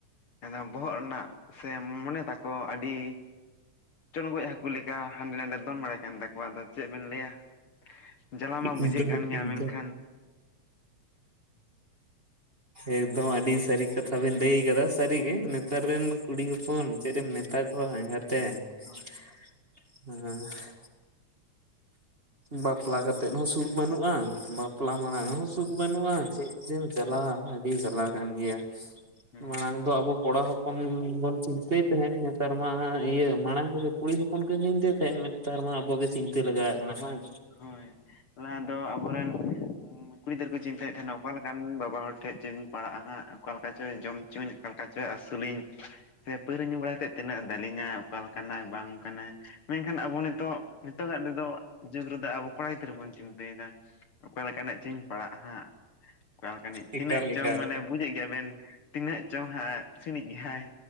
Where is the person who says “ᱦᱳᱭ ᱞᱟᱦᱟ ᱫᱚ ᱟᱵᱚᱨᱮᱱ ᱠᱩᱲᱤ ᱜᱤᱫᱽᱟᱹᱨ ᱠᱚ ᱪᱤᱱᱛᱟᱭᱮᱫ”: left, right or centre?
Left